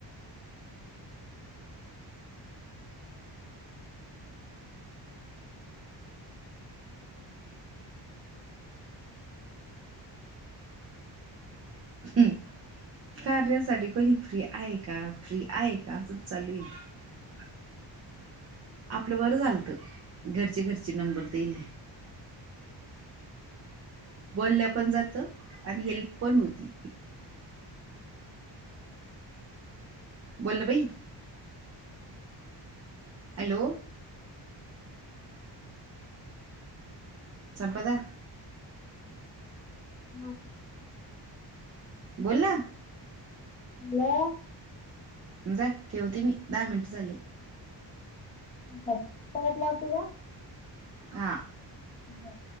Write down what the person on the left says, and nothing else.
हो
हॅलो
बटला होती का
बर